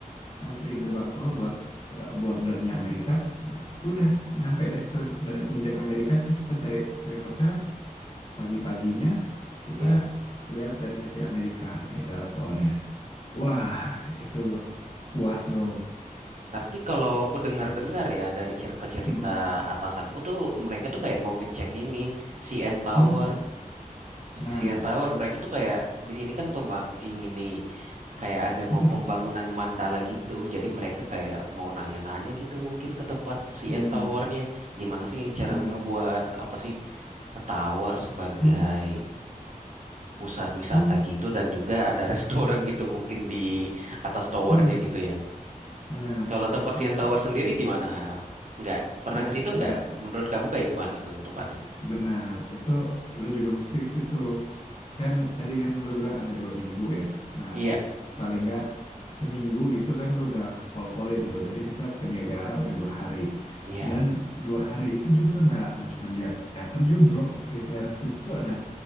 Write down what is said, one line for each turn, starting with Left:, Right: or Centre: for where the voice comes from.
Left: antri gerbang tol buat eh, bordernya Amerika. Nah, udah nyampe deh itu udah nginjak Amerika terus kita cari cari hotel pagi-paginya kita
Right: ya.
Left: lihat dari sisi Amerika Niagara Fall-nya. Wah, itu puas, Bro.
Right: Tapi kalau aku dengar-dengar ya dari cerita-cerita
Left: Mm-mm.
Right: atasanku tuh mereka tuh kayak mau ngecek ini CN Tower.
Left: Mm. Nah,
Right: CN Tower mereka tuh kayak di sini kan pemba ingin nih kayak ada
Left: mm-mm.
Right: mau pembangunan mandala gitu. Jadi mereka kayak mau nanya-nanya gitu mungkin ke tempat CN
Left: benar,
Right: Towernya. Gimana sih cara
Left: benar.
Right: ngebuat apa sih tower sebagai
Left: Mm-mm.
Right: pusat wisata
Left: Mm.
Right: gitu dan juga ada <laughs> restoran gitu mungkin di atas towernya
Left: Mm-mm.
Right: gitu ya.
Left: Benar.
Right: Kalau tempat
Left: Nah,
Right: CN Tower sendiri gimana? Nggak pernah
Left: ya
Right: ke situ
Left: ya
Right: nggak? Menurut kamu kayak gimana tuh tempatnya?
Left: benar. Itu lu juga mesti ke situ. Kan tadi kan lu bilang ada dua minggu ya. Nah,
Right: Iya,
Left: paling nggak seminggu gitu kan lu udah pol-polin tuh. Tadi kita ke Niagara udah dua hari.
Right: iya.
Left: Dan dua hari itu juga nggak nggak cuma lihat air terjun bro. Di daerah situ tuh ada